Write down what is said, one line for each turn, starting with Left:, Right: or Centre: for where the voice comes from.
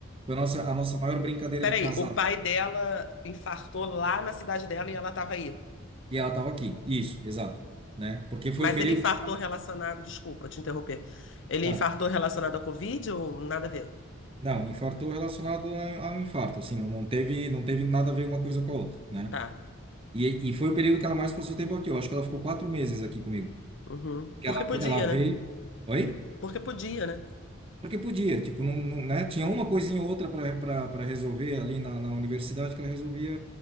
Right: Foi a nossa, a nossa maior brincadeira
Left: Peraí,
Right: de casado.
Left: o pai dela infartou lá na cidade dela e ela estava aí.
Right: E ela estava aqui. Isso, exato, né? Porque foi
Left: Mas
Right: o período
Left: ele infartou
Right: que ela...
Left: relacionado. Desculpa te interromper. Ele
Right: ah,
Left: infartou relacionado à Covid ou nada a ver?
Right: não, infartou relacionado a- ao infarto, assim, não, não teve, não teve nada a ver uma coisa com a outra, né?
Left: Tá.
Right: E, e foi o período que ela mais passou tempo aqui. Eu acho que ela ficou quatro meses aqui comigo.
Left: Uhum.
Right: que
Left: Porque
Right: ela,
Left: podia,
Right: ela veio.
Left: né?
Right: Oi?
Left: Porque podia, né?
Right: Porque podia, tipo, não, não, né? Tinha uma coisinha ou outra para resolver ali na, na universidade que ela resolvia